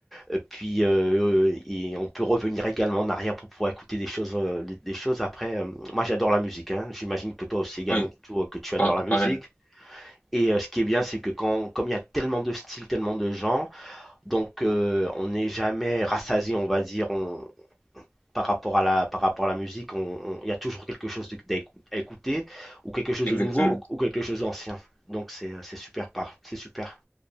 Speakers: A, in the centre; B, on the left.
A: Et puis, euh, euh, et on peut revenir également en arrière pour pouvoir écouter des choses, euh, des, des choses après. euh, moi, j'adore la musique, hein. J'imagine que toi aussi également,
B: Oui.
A: tu- toi, que tu adores
B: Pa-
A: la
B: pareil,
A: musique. Et euh, ce qui est bien, c'est que quand, comme il y a tellement de styles, tellement de genres, donc euh, on n'est jamais rassasié, on va dire, on- par rapport à la, par rapport à la musique, on- on- il y a toujours quelque chose de- d'éc- à écouter, ou quelque chose
B: exactement.
A: de nouveau, ou, ou quelque chose d'ancien. Donc c'est, euh, c'est super, par- c'est super.